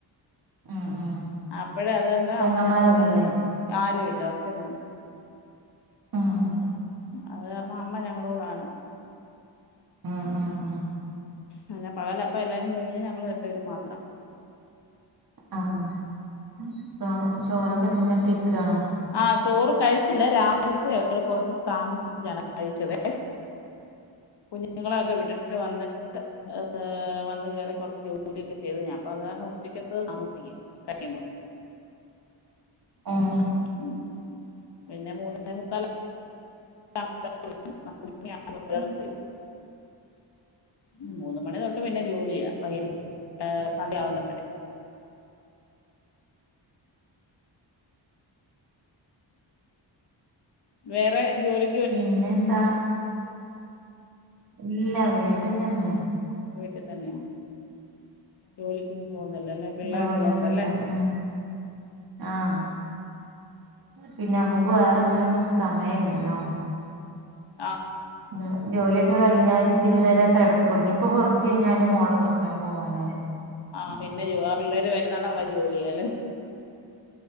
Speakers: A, on the right; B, on the left.
A: ഉം ഉം
B: അപ്പഴാ അതുകൊണ്ട്
A: പെങ്ങന്മാരൊന്നുല്ലേ
B: അമ്മ ഞങ്ങളുടെ കൂടെ തന്നെയാണ് ആരുമില്ല ഒറ്റ മോന.
A: ആഹ്
B: അത് കാരണം അമ്മ ഞങ്ങളുടെ കൂടാണ്.
A: ആഹ് ആഹ് ആഹ്
B: പിന്നെ പകല് അപ്പ എല്ലാരും പോയി കഴിഞ്ഞാ ഞങ്ങള് രണ്ട് പേരും മാത്രം.
A: ആഹ് പ്പൊ ചോറൊക്കെ തിന്നിട്ട് ഇരിക്കയാണോ?
B: ആഹ് ചോറ് കഴിച്ചില്ല രാവിലത്തെ കൊറച്ച് താമസിച്ചാണ് കഴിച്ചതെ. ഒന് കുഞ്ഞുങ്ങളൊക്കെ വിട്ടിട്ട് വന്നിട്ട് വന്ന് കയറി കുറച്ച് ജോലിയൊക്കെ ചെയ്ത് ഞാൻ. അപ്പൊ അത് കാരണം ഉച്ചക്കത്ത് താമസിക്കും കഴിക്കുമ്പോ.
A: ഉം
B: ഉം പിന്നെ മുന്നേമുക്കാല് ആക്കു ബൊതെക്കും <unintelligible>
A: ഉം
B: <unintelligible> ഉം മൂന്ന് മണി തൊട്ട് പിന്നെ ജോലിയാ വൈക സന്ധ്യാവുനിടം വരെ. വേറെ ജോലി
A: പിന്നെ എന്താ ഇല്ല വീട്ടിൽ തന്നെ.
B: വീട്ടിൽ തന്നെ ജോലിക്കൊന്ന പോകുന്നല്ലേ അല്ല പിള്ളേരുള്ളതോണ്ടല്ലേ.
A: ജോലിയൊന്നുല്ല ഉം ആഹ് പിന്നെ നമ്മുക്ക് വേറൊന്നിനും സമയല്ലല്ലോ.
B: ആഹ്
A: <unintelligible> ജോലിയൊക്കെ കഴിഞ്ഞാല് ഇത്തിരി നേരം ക്കെടക്കൊ ഇനിയിപ്പോ കുറച്ച് കഴിഞ്ഞാല് മോളെ കൊണ്ടുവരാൻ പോകാനായി.
B: ആഹ് പിന്നെ ജൂ വേറെള്ളോര് വരുന്നെടം വരെ ജോലിയാ ല്ലേ